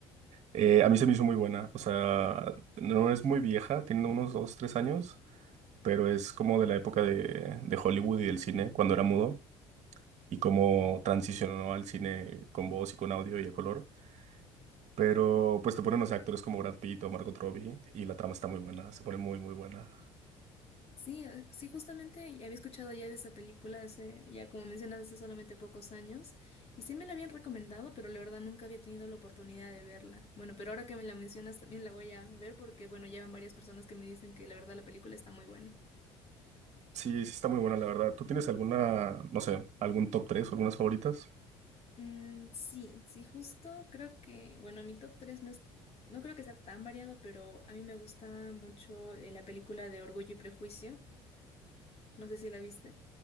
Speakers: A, on the right; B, on the left.
A: Eh, a mí se me hizo muy buena. O sea, no es muy vieja, tiene unos 2, 3 años, pero es como de la época de, de Hollywood y del cine, cuando era mudo. y cómo transicionó al cine con voz y con audio y a color. Pero pues te ponen, o sea, actores como Brad Pitt o Margot Robbie y la trama está muy buena, se pone muy, muy buena.
B: Sí, eh, sí, justamente ya había escuchado ya de esa película hace, ya como mencionas, hace solamente pocos años, y sí me la habían recomendado, pero la verdad nunca había tenido la oportunidad de verla. Bueno, pero ahora que me la mencionas también la voy a ver porque, bueno, ya van varias personas que me dicen que la verdad la película está muy buena.
A: Sí, sí está muy buena, la verdad. ¿Tú tienes alguna, no sé, algún top 3 o algunas favoritas?
B: Mm, sí, sí, justo creo que, bueno, mi top 3 no es, no creo que sea tan variado, pero a mí me gusta mucho eh, la película de Orgullo y Prejuicio. No sé si la viste.